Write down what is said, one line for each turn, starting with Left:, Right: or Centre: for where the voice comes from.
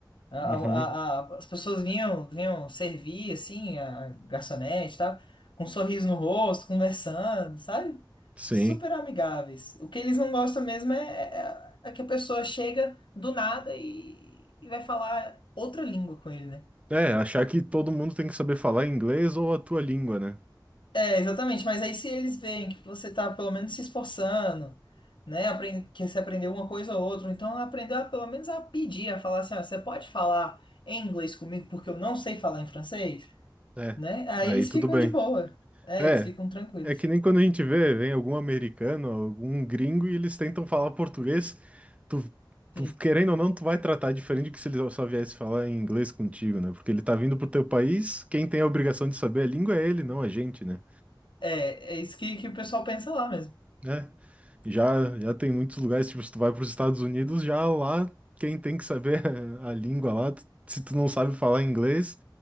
Left: A- a-
Right: Uhum,
Left: a- as pessoas vinham, vinham servir, assim, a garçonete e tal, com um sorriso no rosto, conversando, sabe?
Right: sim.
Left: Super amigáveis. O que eles não gostam mesmo é, é- é é que a pessoa chega do nada e, e vai falar outra língua com ele, né?
Right: É, achar que todo mundo tem que saber falar inglês ou a tua língua, né?
Left: É, exatamente, mas aí se eles veem que você tá pelo menos se esforçando, né, apren- que você aprendeu uma coisa ou outra, então aprendeu a, pelo menos a pedir, a falar assim, ó, você pode falar em inglês comigo porque eu não sei falar em francês,
Right: É.
Left: né? Aí
Right: Aí
Left: eles
Right: tudo
Left: ficam
Right: bem.
Left: de boa, é,
Right: É,
Left: eles ficam tranquilos,
Right: é que nem quando a gente vê, vem algum americano, algum gringo e eles tentam falar português, tu,
Left: sim.
Right: tu querendo ou não, tu vai tratar diferente do que se ele só viesse falar em inglês contigo, né? Porque ele tá vindo pro teu país, quem tem a obrigação de saber a língua é ele, não a gente, né?
Left: É, é isso que, que o pessoal pensa lá mesmo.
Right: Né? Já, já tem muitos lugares, tipo, se tu vai pros Estados Unidos, já lá quem tem que saber <laughs> a, a língua lá, tu- se tu não sabe falar inglês,